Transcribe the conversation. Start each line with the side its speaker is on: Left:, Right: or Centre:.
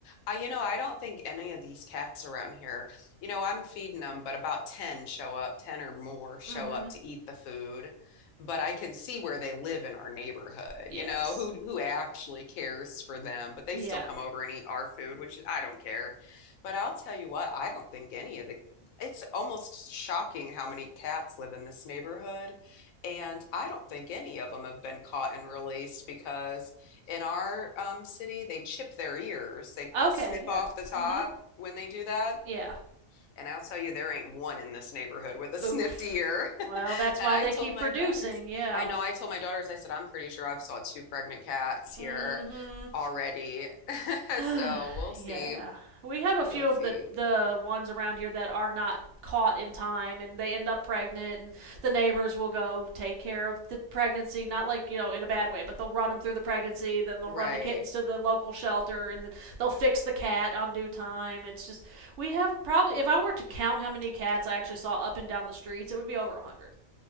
Left: I, you know, I don't think any of these cats around here, you know, I'm feeding them, but about 10 show up, 10 or more show
Right: mm-hmm.
Left: up to eat the food. But I can see where they live in our neighborhood,
Right: Yes.
Left: you know, who who actually cares for them, but they
Right: Yeah.
Left: still come over and eat our food, which I don't care. But I'll tell you what, I don't think any of the it's almost shocking how many cats live in this neighborhood, and I don't think any of them have been caught and released because in our um, city, they chip their ears. They
Right: Okay.
Left: snip
Right: Yeah.
Left: off the top
Right: Mm-hmm.
Left: when they do that.
Right: Yeah.
Left: And I'll tell you, there ain't one in this neighborhood with a snipped
Right: Oof.
Left: ear. <laughs>
Right: Well, that's
Left: And
Right: why
Left: I
Right: they
Left: told
Right: keep
Left: my
Right: producing.
Left: daughters,
Right: Yeah.
Left: I know I told my daughters, I said, I'm pretty sure I've saw two pregnant cats here
Right: Mm-hmm.
Left: already. <laughs>
Right: <sighs> yeah.
Left: So we'll see.
Right: We have a
Left: We'll
Right: few
Left: see.
Right: of the the ones around here that are not caught in time and they end up pregnant and the neighbors will go take care of the pregnancy not like you know in a bad way but they'll run them through the pregnancy then they'll
Left: Right.
Right: run the kittens to the local shelter and then they'll fix the cat on due time it's just we have probably if i were to count how many cats i actually saw up and down the streets it would be over a 100